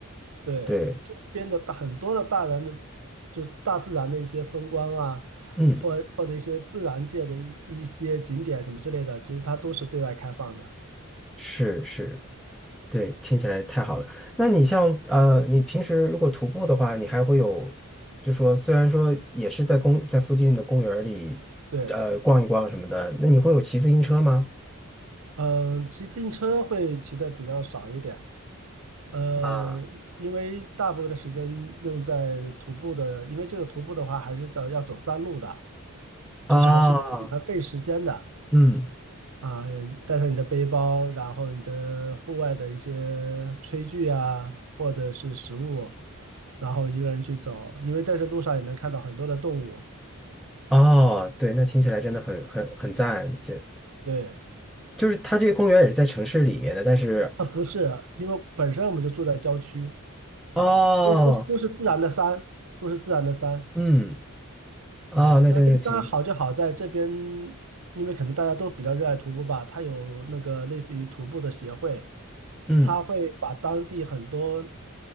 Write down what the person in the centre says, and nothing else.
对，
嗯。
是是，对，听起来太好了。那你像呃，你平时如果徒步的话，你还会有，就说虽然说也是在公在附近的公园儿里，
呃，逛一逛什么的，那你会有骑自行车吗？
啊，
啊，嗯，
哦，
对，那听起来真的很很很赞。这
就是它这个公园也是在城市里面的，但是
哦，
嗯，哦，
那真是挺，
嗯。